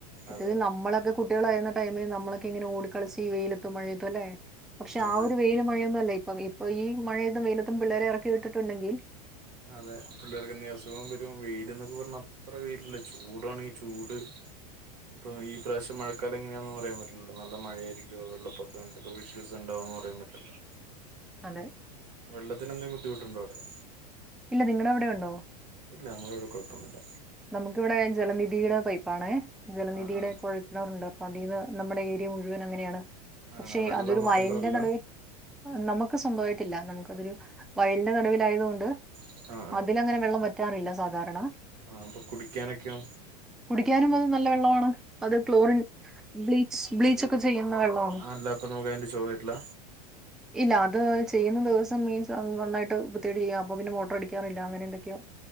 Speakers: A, in the centre; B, on the right.
A: മറ്റേത്
B: അതെ
A: നമ്മളൊക്കെ കുട്ട്യേളായിര്ന്ന ടൈമില് നമ്മളക്കിങ്ങനെ ഓടി കളിച്ച് ഈ വെയിലെത്തും മഴയെത്തുംല്ലെ പക്ഷെ
B: അതെ
A: ഒരു വെയില മഴയൊന്നല്ല ഇപ്പം ഇപ്പൊ ഈ മഴയതും വെയിലത്തും പിള്ളേരെ എറക്കി വിട്ടിട്ടുണ്ടെങ്കി
B: അതെ പിള്ളേർക്ക് എന്തേ അസുഖം വെരും വെയില് ന്നൊക്കെ പറഞ്ഞ അത്ര വെയിലല്ലേ ചൂടാണെങ്കി ചൂട് പ്പൊ ഈ പ്രാവശ്യ മഴക്കാലം എങ്ങനെന്ന് പറയാൻ പറ്റില്ലല്ലോ നല്ല മഴയായിരികോ വെള്ളപ്പൊക്കെന്ത് വിശ്വസ്ണ്ടവുന്ന് പറയാൻ പറ്റില്ലല്ലോ.
A: അതെ
B: വെള്ളത്തിനെന്തെ ബുദ്ധിമുട്ടുണ്ടോ അവടെ
A: ഇല്ല നിങ്ങടവടെ ഉണ്ടോ?
B: ഇല്ല നമ്മളെവടെ കൊഴപ്പൊന്നുല്ല.
A: നമക്കിവടെ ജലനിധിയുടെ പൈപ്പാണേ ജലനിധിയുടെ
B: ആ ആ
A: കുഴ ണ്ണറുണ്ട് അപ്പൊ അതിന്ന് നമ്മടെ ഏരിയ മുഴുവൻ അങ്ങനെയാണ് പക്ഷെ
B: ആണോ വെള്ളം
A: അതൊരു വയലിന്റെ
B: കിണറല്ല
A: നടുവി നമക്ക് സ്വന്തവായിട്ടില്ല നമക്ക് അതൊരു വയലിന്റെ നടുവിലായതുകൊണ്ട്
B: ആ ആ
A: അതിലങ്ങനെ വെള്ളം വറ്റാറില്ല സാധാരണ
B: ആഹ് അപ്പൊ കുടിക്ക്യാനെക്ക്യോ?
A: കുടിക്കാനും അത് നല്ല വെള്ളമാണ്. അത് ക്ലോറിൻ ബ്ലീച്ച് ബ്ലീച്ചൊക്കെ ചെയ്യുന്ന വെള്ളമാണ്.
B: അല്ല അപ്പൊ നമുക്ക് അതിന്റെ ചൊവ വരില്ല
A: ഇല്ല അത് ചെയ്യുന്ന ദിവസം മീൻസ് അത് നന്നായിട്ട് വൃത്ത്യായിട്ടെയ്യാം അപ്പൊ പിന്നെ മോട്ടറടിക്കാറില്ല അങ്ങനെ എന്തെക്ക്യോ